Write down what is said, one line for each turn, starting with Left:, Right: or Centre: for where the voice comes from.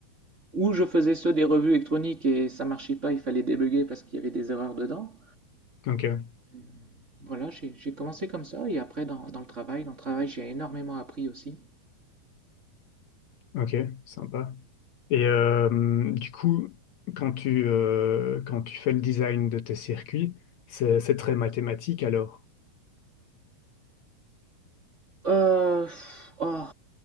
Right: Ou je faisais ceux des revues électroniques et ça marchait pas, il fallait débugger parce qu'il y avait des erreurs dedans.
Left: Ok,
Right: Euh, Voilà, j'ai j'ai commencé comme ça et après dans, dans le travail, dans le travail j'ai énormément appris aussi.
Left: ok, sympa. Et euh, du coup, quand tu, euh, quand tu fais le design de tes circuits, c'est c'est très mathématique alors?
Right: Euh, pff, oh,